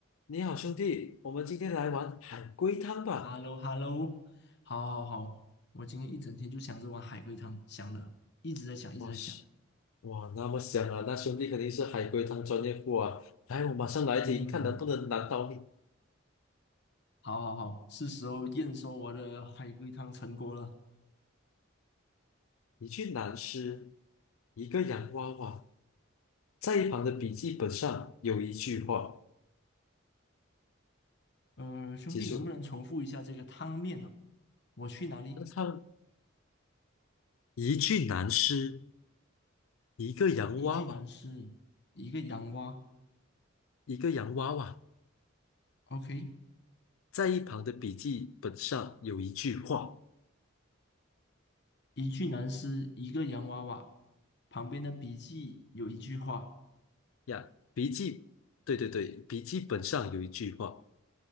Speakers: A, on the left (about 85°); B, on the left (about 55°).
A: 你好，兄弟，我们今天来玩海龟汤吧。
B: h e l l o h e l l o 好，好，好，我今天一整天就想着碗海龟汤，想了，一直在想，一直在想。
A: 哇塞，哇，那么香啊！那兄弟肯定是海龟汤专业户啊。来，我马上来听，
B: 嗯，
A: 看能不能难倒你。
B: 好，好，好，是时候验收我的海龟汤成果了。
A: 一句男诗，一个洋娃娃，在一旁的笔记本上有一句话，
B: 呃，兄弟，
A: 记住了。
B: 能不能重复一下这个汤面啊？我去哪里？
A: 那他一句男诗，一个洋娃娃，
B: 哦，一具男尸，一个洋娃。
A: 一个洋娃娃，
B: OK，
A: 在一旁的笔记本上有一句话
B: 一具男尸，一个洋娃娃，旁边的笔记有一句话。
A: 呀，笔记，对对对，笔记本上有一句话。